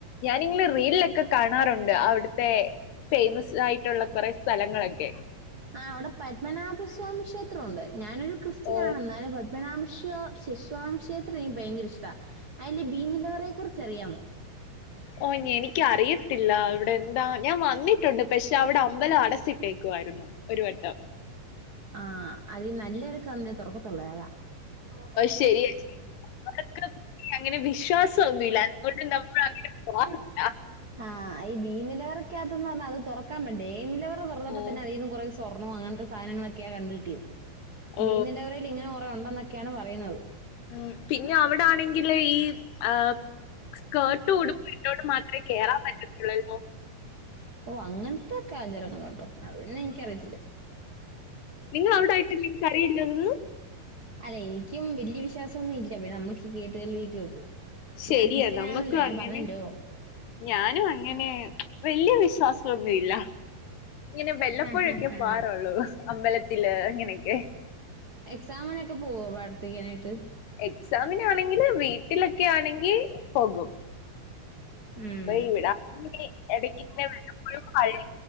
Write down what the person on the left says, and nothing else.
ഞാാനിങ്ങെ റീലൊക്കെ കാണാറുണ്ട് അവിടുത്തെ ഫേമസ് ആയിട്ടുള്ള കുറെ സ്ഥലങ്ങളൊക്കെ
ഓ
ഓ എനിക്ക അറിയത്തില്ല അവിടെ എന്താ ഞാൻ വന്നി ണ്ട് പക്ഷെ അവിടെ അമ്പലം അടച്ചിട്ടേക്കുായിരുന്നു ഒരു വട്ടം
ശരിയാ ശരിയാ. അവർക്ക് അങ്ങനെ വിശ്വാസമൊന്നുമില്ല
അതുകൊണ്ട് നമ്മൾ അങ്ങനെ പോവാറില്ല.
ഓ
ഓ
ഉം പിന്നെ അവിടൊണെങ്കില് ഈ ആഹ്‌ സ്കേർട്ടും ഉടുപ്പും ഇട്ടോണ്ട് മാത്രേ കേറാൻ പറ്റത്തുള്ളല്ലോ
നിങ്ങളെ അവിടെ ആയിട്ടല്ലേ ഈ കടയില്ലത്
ശരിയാ
നമ്മക്കും
അങ്ങനെ
ഞാനും അങ്ങനെ വല്യ വിശ്വാസ <unintelligible> ല്ല ഇങ്ങനെ വെല്ലപ്പോഴൊക്കെ
പോവാറുള്ളൂ അമ്പലത്തില് അങ്ങനെയൊക്കെ
എക്സാമിനാണെങ്കിൽ വീട്ടിലൊക്കെ ആണെങ്കിൽ പോകും
ഇപ്പൊ ഇവിട ഇനി എടക്ക്ങ്ങനെ വല്ലപ്പോഴും